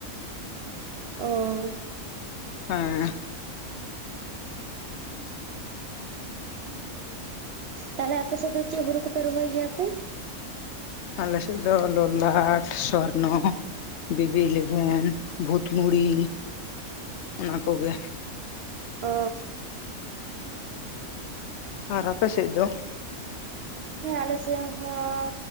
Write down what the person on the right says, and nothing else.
ᱚ
ᱛᱟᱦᱚᱞᱮ ᱟᱯᱮ ᱥᱮᱫ ᱫᱚ ᱪᱮᱫ ᱦᱩᱨᱩ ᱠᱚᱯᱮ ᱨᱚᱦᱚᱭ ᱜᱮᱭᱟᱯᱮ?
ᱚ
ᱦᱮᱸ ᱟᱞᱮ ᱥᱮᱫ ᱦᱚᱸ